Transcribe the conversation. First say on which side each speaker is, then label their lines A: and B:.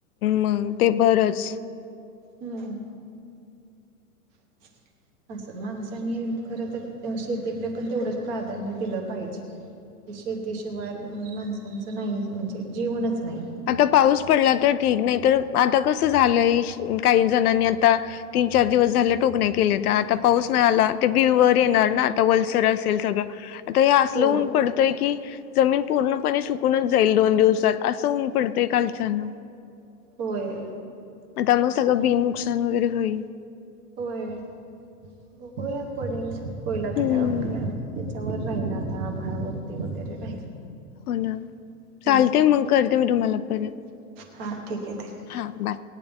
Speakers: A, on the left; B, on the right.
A: मग ते बरंच.
B: हम्म! <inaudible> असं माणसनी खर तर शेतीकडे पण तेवढंच प्राधान्य दिलं पाहिजे. शेती शिवाय माणसांचं नाही म्हणजे जीवनच नाही.
A: आता पाऊस पडला तर ठीक नाही तर आता कसं झालंय काही जणांनी आता तीन चार दिवस झाले टोकन्या केलेत्या तर आता पाऊस नाही आला ते बी वर येणार ना आता वलसर असेल सगळं. आता हे असलं
B: हो
A: होऊन पडतय की जमीन पूर्णपणे सुकूनच जाईल दोन दिवसात असं ऊन पडतय कालच्यान
B: होय
A: आता मग सगळं
B: बघू
A: बी नुकसान
B: आता काय
A: वगैरे होईल.
B: होय बघुया पडेल होईल आता
A: हं.
B: काय त्याच्यावर राहिल आता आभळावरती वगैरे राहील.
A: हो ना चालतय
B: हम्म
A: मग
B: ठीक
A: करते
B: आहे.
A: मी तुम्हाला परत,
B: हां ठीक आहे ताई.
A: हां बाय.